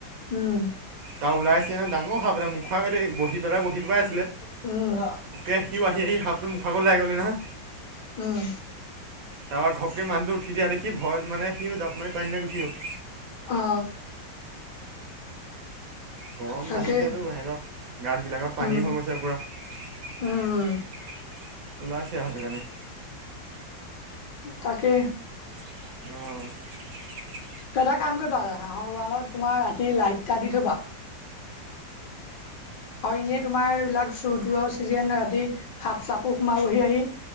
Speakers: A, on the left (about 70°); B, on the right (about 65°).
A: উম!
B: তাৰ ওলাই আহিছিলে ডাঙৰ সাপ এটা মুখ আগদি বহি পেলাই বৰশী টোপাই আছ
A: উম!
B: এ সিও আহি আহি সাপটো মুখ আগত ওলাই গলহি নহয়।
A: উম!
B: তাৱাৰ ঘপকে মানুহটো উঠি দিয়া দেখি ভয়ত মানে সিও জাপ মাৰি পানীলে গুচি গ'ল।
A: অ
B: গৰম
A: তাকে
B: বাঢ়িছেতো হেতৰ গাঁতবিলাকত পানী
A: উম
B: হৈ গৈছে পুৰা। উলাইছে
A: উম
B: আৰু সেইটো কাৰণে।
A: তাকে
B: অ
A: তই এটা কাম কৰিবা হাঁহৰ গঁড়ালত তোমাৰ ৰাতি লাইট এটা দি থবা। হয় এনেই তোমাৰ এইবিলাক চোৰ তুৰৰ চিজন ৰাতি সাপ চাপো সোমাবহি আহি।